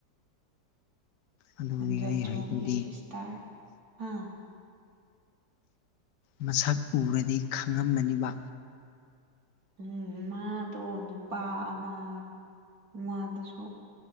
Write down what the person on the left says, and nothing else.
ꯑꯗꯨꯅꯤ
ꯑꯩ
ꯍꯥꯏꯗꯨꯗꯤ
ꯃꯁꯛ ꯎꯔꯗꯤ ꯈꯪꯉꯝꯃꯅꯤꯕ